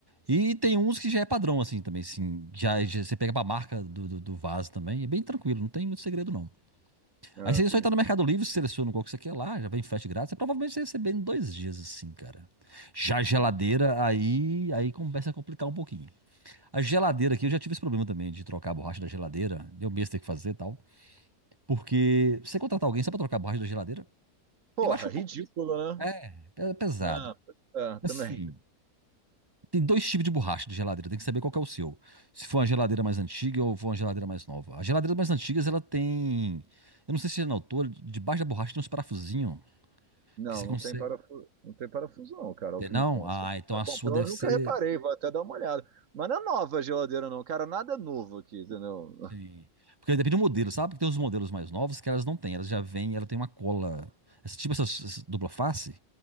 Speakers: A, on the right; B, on the right.
A: E tem uns que já é padrão assim também, assim, já, já você pega pra marca do, do, do vaso também, é bem tranquilo, não tem muito segredo não.
B: Ah,
A: Aí você
B: entendi.
A: só entra no Mercado Livre, seleciona qual que você quer lá, já vem frete grátis, você provavelmente você vai receber em dois dias assim, cara. Já a geladeira,
B: É.
A: aí, aí começa a complicar um pouquinho. A geladeira aqui, eu já tive esse problema também de trocar a borracha da geladeira, eu mesmo tenho que fazer e tal. Porque você contratar alguém só pra trocar a borracha da geladeira,
B: Porra,
A: eu acho um
B: ridículo,
A: pouco.
B: né?
A: É, é pesado.
B: Ah, é, também.
A: Assim, tem dois tipos de borracha de geladeira, tem que saber qual que é o seu. Se for uma geladeira mais antiga ou for uma geladeira mais nova. As geladeiras mais antigas, ela tem. Eu não sei se é na altura, debaixo da borracha tem uns parafusinhos
B: Não,
A: que você
B: não
A: consegue.
B: tem parafuso, não tem parafuso não, cara,
A: Tem,
B: é o que
A: Não?
B: me consta.
A: Ah, então a sua
B: Bom, pelo
A: deve
B: menos
A: ser.
B: nunca reparei, vou até dar uma olhada. Mas não é nova a geladeira não, cara, nada é novo aqui, entendeu?
A: Sim. Porque depende do modelo, sabe? Porque tem uns modelos mais novos que elas não têm, elas já vêm, ela tem uma cola. Essa, tipo essas, essas dupla face,